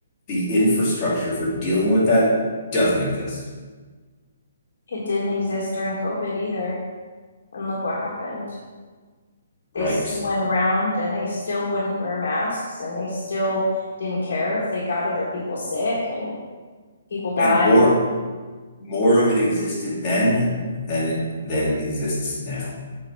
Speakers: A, on the left; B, on the left.
A: the infrastructure for dealing with that doesn't exist.
B: it didn't exist during covid either and look what happened
A: Right.
B: they still went around and they still wouldn't wear masks and they still didn't care if they got other people sick and people died
A: And more more of it existed then than it than exists now.